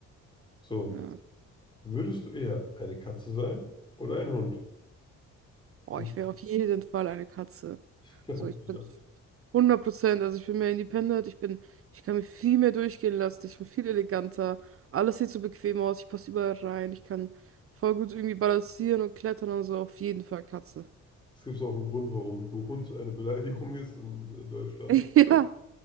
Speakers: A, on the left (about 15°); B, on the right (about 50°).
A: So.
B: Ja.
A: Würdest du eher eine Katze sein oder ein Hund?
B: Oh,
A: Und
B: ich wäre auf jeden Fall eine Katze.
A: ich glaube,
B: So, ich
A: ja.
B: bin hundert Prozent also ich bin mehr independent, ich bin, ich kann mich viel mehr durchgehen lassen, ich bin viel eleganter, alles sieht so bequem aus, ich passe überall rein, ich kann voll gut irgendwie balancieren und klettern und so, auf jeden Fall Katze.
A: Es gibt auch einen Grund, warum du Hund eine Beleidigung ist in äh, Deutschland.
B: <laughs> Ja,